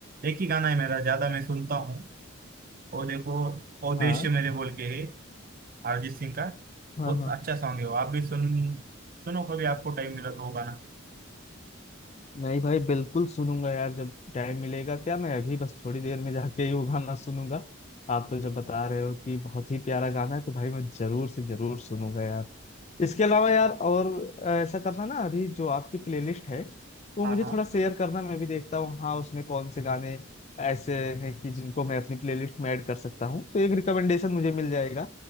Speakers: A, on the right; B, on the left.
A: एक ही गाना है मेरा ज्यादा मैं सुनता हूँ वो देखो ओ देश
B: हाँ
A: मेरे बोल के है अरिजीत सिंह का
B: हाँ
A: बहुत
B: हाँ
A: अच्छा सॉन्ग है वो आप भी सुन सुनो कभी आपको टाइम मिला तो वो गाना
B: नहीं भाई बिल्कुल सुनूंगा यार जब टाइम मिलेगा क्या मैं अभी बस थोड़ी देर में जाके <laughs> ही वो गाना सुनूंगा आप तो जब बता रहे हो कि बहुत ही प्यारा गाना है तो भाई मैं जरूर से जरूर सुनूंगा यार इसके अलावा यार और अ, ऐसा करना ना अभी जो आपकी प्लेलिस्ट है वो
A: हाँ
B: मुझे
A: हाँ
B: थोड़ा शेयर करना मैं भी देखता हूँ हाँ उसमें कौन से गाने ऐसे हैं कि जिनको मैं अपनी प्लेलिस्ट में ऐड कर सकता हूँ तो एक रिकमेंडेशन मुझे मिल जाएगा